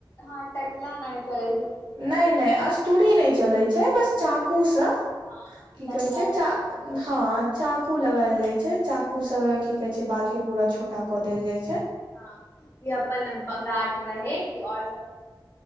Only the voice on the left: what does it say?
हँ त टकला नइ करै छै से लग
हँ
तनिका
तनिका
कर दै
छै
हँ य अपन गार्ड रहे कि ओर